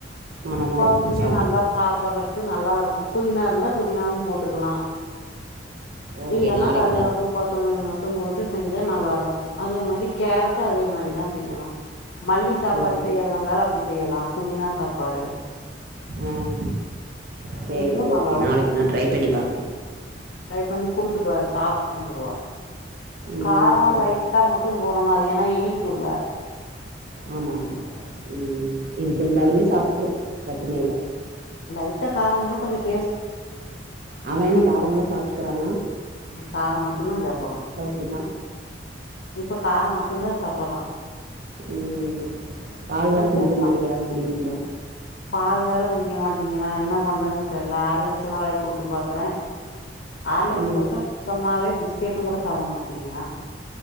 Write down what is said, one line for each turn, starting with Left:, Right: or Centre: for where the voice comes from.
Right: மனமா
Left: கொழந்திங்க
Right: இருக்கு சாப்ட்டு
Left: நல்லா சாப்புற்றக்கு நல்லாருக்கும் புதினா இருந்தா புதினாவும் போட்டுக்கலாம்
Right: ஓகே
Left: இல்லன்னா
Right: நாளைக்கு
Left: கருவேப்ல
Right: நா
Left: கொத்தமல்லி மட்டும் போட்டு செஞ்சா நல்லாருக்கும் அதே மாரி கேரட்டும் அதே மாரிதான் செய்யணு மல்லி சாப்பாடு
Right: ஓகே
Left: செய்யற்தந்தாலும் அப்டி செய்யலான் புதினா சாப் பாடு
Right: ஆஹ் சேரி
Left: செஞ்சா நல்லா
Right: ஓகே
Left: இருக்கு
Right: நாளக்கி நா ட்ரை பண்ணி பாக்குறன்
Left: ட்ரை பண்ணி குடுத்துபாரு சாப் டு வந்துருவா
Right: ம்
Left: காரம்
Right: சேரி
Left: லைட்டா
Right: சேரி
Left: மட்டும் போடணும் அது ஏன்னா இனிக் குள்ள
Right: ஆமா ஆமா ம் ம் இனிப்பிருந்தாலுமே சாப்ட்ரும் ப்ரச்சனே இல்ல
Left: லைட்டா காரம் மூர கொஞ்சொம்
Right: அவன் என்ன காரமெல்லா சாப்ட்டு க்ராணா
Left: காரம் மட்டும் தான் சாப்புட்றான்
Right: இருந்தான்
Left: இப்ப கார மட் ட்டும்ந்தான் சாப்புட்றான்
Right: ம் பால் வேர குடிக்க
Left: கேக்குறா
Right: மாட்டேங்கிறான் சொல்லி ந்தா
Left: பால் வேற குடிக்க மாட்டேங்கிறான் என்ன பண்றதுன் தெர்ல ஆர்லிக்ஸ்லா வாய் குடுத்து பாக்குறன் ஆர்லிக்ஸ்
Right: ம்
Left: குடுத்தா தும்மாவே பி பிஸ்கெட்டும் கூட சாப்புட மாட்டேங்குறான்